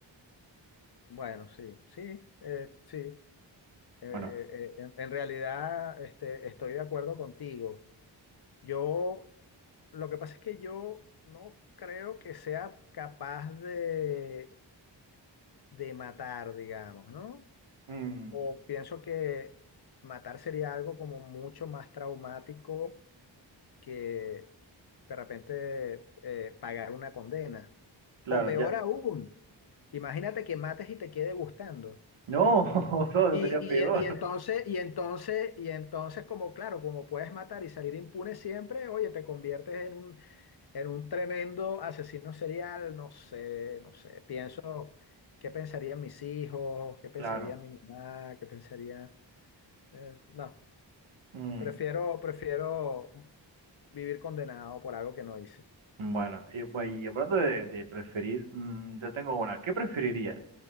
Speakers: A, on the left; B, on the right.
A: Bueno, sí, sí, eh, sí, Eh,
B: Bueno,
A: eh, eh, en, en realidad, este, estoy de acuerdo contigo. Yo, lo que pasa es que yo no creo que sea capaz de, de matar, digamos, ¿no?
B: mm,
A: O pienso que matar sería algo como mucho más traumático que de repente eh, pagar una condena.
B: claro,
A: O peor
B: ya.
A: aún, imagínate que mates y te quede gustando.
B: No, <laughs> todo
A: Y,
B: sería peor.
A: y, y entonces, y entonces, y entonces, como claro, como puedes matar y salir impune siempre, oye, te conviertes en un, en un tremendo asesino serial, no sé, no sé, pienso, ¿qué pensarían mis hijos? ¿Qué pensaría
B: Claro.
A: mi mamá? ¿Qué pensaría? eh, no,
B: Mm.
A: prefiero, prefiero vivir condenado por algo que no hice.
B: Bueno, y, bu- y hablando de, de preferir, mm, yo tengo una. ¿Qué preferirías?